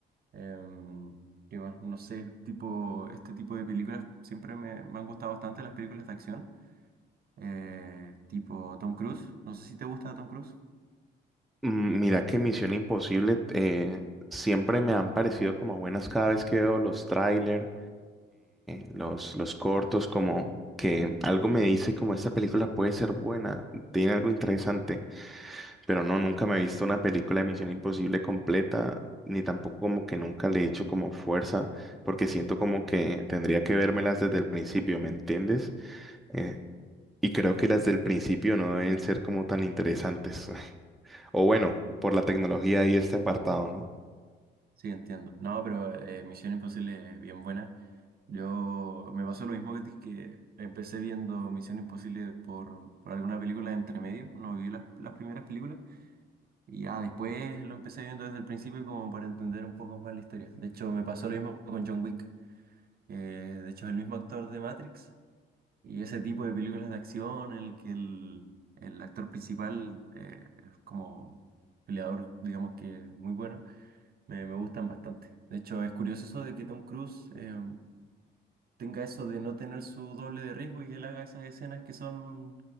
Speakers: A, on the right; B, in the centre.
A: Em, ¿qué más? No sé, tipo, este tipo de películas siempre me, me han gustado bastante las películas de acción, eh, tipo Tom Cruise, no sé si te gusta Tom Cruise.
B: Mm, Mira que Misión Imposible eh, siempre me han parecido como buenas cada vez que veo los trailers, los, los cortos, como que algo me dice como esta película puede ser buena, tiene algo interesante. Pero no, nunca me he visto una película de Misión Imposible completa, ni tampoco como que nunca le he hecho como fuerza, porque siento como que tendría que vérmelas desde el principio, ¿me entiendes? Eh, y creo que las del principio no deben ser como tan interesantes. <laughs> O bueno, por la tecnología y este apartado, ¿no?
A: Sí, entiendo. No, pero eh, Misión Imposible es bien buena. Yo me pasó lo mismo que a ti, que empecé viendo Misión Imposible por, por alguna película entre medio, no vi las, las primeras películas, y ya después lo empecé viendo desde el principio como para entender un poco más la historia. De hecho, me pasó lo mismo con John Wick, que de hecho es el mismo actor de Matrix, y ese tipo de películas de acción en el que el, el actor principal eh, es como peleador, digamos que muy bueno me, me gustan bastante. De hecho, es curioso eso de que Tom Cruise eh, tenga eso de no tener su doble de riesgo y que él haga esas escenas que son